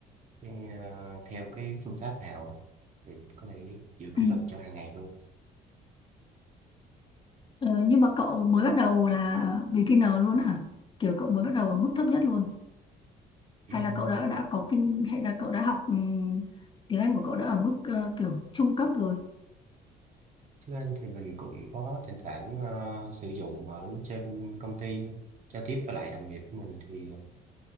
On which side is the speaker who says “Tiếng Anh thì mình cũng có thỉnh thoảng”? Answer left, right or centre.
Right